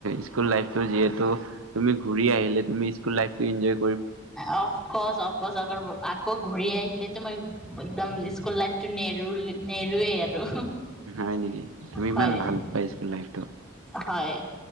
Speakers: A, on the right; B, in the centre.
A: স্কুল লাইফটো যিহেতু তুমি ঘূৰি আহিলে তুমি স্কুল লাইফটো ইনজয়
B: অফকৰ্চ - অফকৰ্চ <unintelligible> আকৌ ঘূৰি আহিলেতো মই একদম স্কুল লাইফটো নেৰু- নেৰুৱে আৰু।
A: হয় নেকি? তুমি ইমান
B: হয়
A: ভাল পোৱা স্কুল লাইফটো।
B: হয়